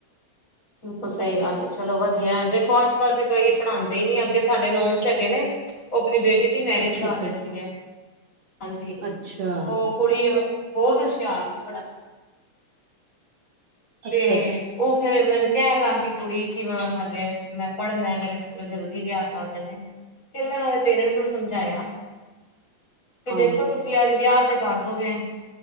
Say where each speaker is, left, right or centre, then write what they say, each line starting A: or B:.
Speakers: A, on the left; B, on the right.
A: ਬਿਲਕੁਲ ਸਹੀ ਗੱਲ ਹੈ ਚਲੋ ਵਧੀਆ ਦੇਖੋ ਅੱਜਕੱਲ ਤੇ ਕੋਈ ਪੜ੍ਹਾਉਂਦੇ ਨੀ ਅੱਗੇ ਸਾਡੇ ਨੋਨ 'ਚ ਹੈਗੇ ਨੇ ਉਹ ਆਪਣੀ ਬੇਟੇ ਦੀ ਮੈਰਿਜ
B: ਅੱਛਾ
A: ਕਰ
B: ਅੱਛਾ
A: ਰਹੇ ਸੀਗੇ ਹਾਂਜੀ
B: ਅੱਛਾ
A: ਉਹ ਕੁੜੀ ਉਹ ਬਹੁਤ ਹੁਸ਼ਿਆਰ ਸੀ ਪੜ੍ਹਨ 'ਚ
B: ਅੱਛਾ
A: ਤੇ
B: ਅੱਛਾ
A: ਉਹ ਫੇਰ ਮੈਨੂੰ ਕਹਿਣ ਲੱਗ ਗਈ ਕੁੜੀ ਕਿ ਮੈਂ ਹਾਲੇ ਮੈਂ ਪੜ੍ਹਨਾ ਮੇਰੇ ਮਤਲਬ ਜਲਦੀ ਵਿਆਹ ਕਰ ਦੇਣੇ ਫਿਰ ਮੈਂ ਉਹਦੇ ਪੇਰੈਂਟ ਨੂੰ ਸਮਝਾਇਆ ਕਿ
B: ਹਾਂਜੀ
A: ਦੇਖੋ ਤੁਸੀਂ ਅੱਜ ਵਿਆਹ ਤੇ ਕਰਦੋਗੇ